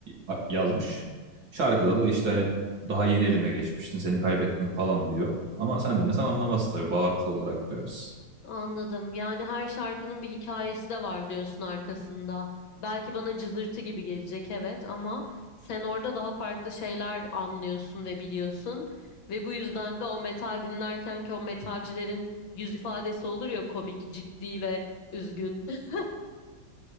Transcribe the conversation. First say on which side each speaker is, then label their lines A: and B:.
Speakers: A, on the right; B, on the left.
A: a- yazmış. Şarkıda da işte hani daha yeni elime geçmiştin, seni kaybettim falan diyor. Ama sen dinlesen anlamazsın tabii, bağırtılı olarak duyarsın.
B: Anladım. Yani her şarkının bir hikayesi de var diyorsun arkasında. Belki bana cızırtı gibi gelecek evet ama sen orada daha farklı şeyler anlıyorsun ve biliyorsun ve bu yüzden de o metal dinlerken ki o metalcilerin yüz ifadesi olur ya komik, ciddi ve üzgün. <laughs>